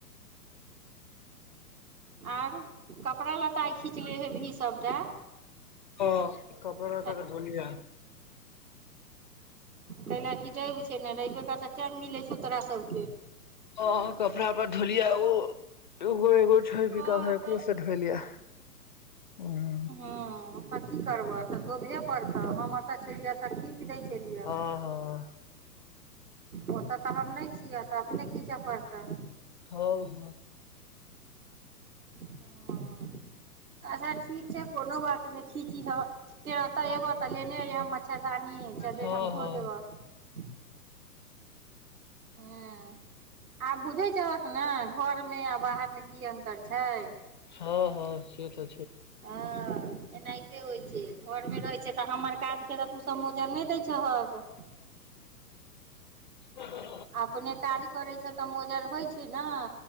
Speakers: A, on the right; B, on the left.
A: आर कपड़ा ल्ताइ खीचले हे भी सबटा
B: हँ कपड़ा लत्ता
A: ह
B: के धोलिया
A: कै ल क र छै ने र कतऽ टाइम मिले छौ तोरा सब
B: ओ कपड़ा पर ढोलिया ओ एगो एगो छ
A: हँ
B: बिका भो
A: तऽ
B: से धलिया ह
A: हँ तऽ की करबह तऽ धोबहे पड़तऽ हम एतऽ छलियै एतऽ की स छलियै
B: हँ हँ
A: ओतय तऽ हम नहि छियै तऽ अपने खीचय पड़तै
B: ह ह
A: पड़तऽ अच्छा ठीक छै कोनो बात नहि खीचीहऽ केतऽ अबह तऽ लेने अह मच्छरदानी च देर
B: हँ
A: हम धो
B: हँ
A: देबह ह आब बुझैत छक ने घर आ बाहर मे की अन्तर छै
B: हँ हँ से अछा
A: हँ एनाहिते होइत छै घरमे रहैत छै तऽ हमर काजके तऽ तोसभ मोजर नहि दैत छहक
B: ह
A: अपने काज करैत छ तऽ मोजर होइ छै ने